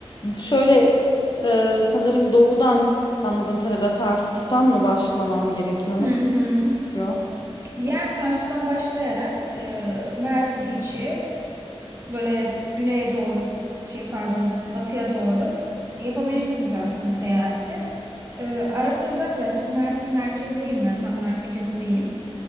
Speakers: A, on the left; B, on the right.
A: Şöyle e, sanırım doğudan anladığım kadarıyla Tarsus'tan mı başlamam gerekiyor?
B: Hı
A: Nasıl
B: hı.
A: yapıyor?
B: Yani Tarsus'tan başlayarak e, Mersin içi böyle güneye doğru şey pardon batıya doğru yapabilirsiniz aslında seyahati. E, arası uzak biraz. Biz Mersin merkezdeyim ben tam merkezindeyim.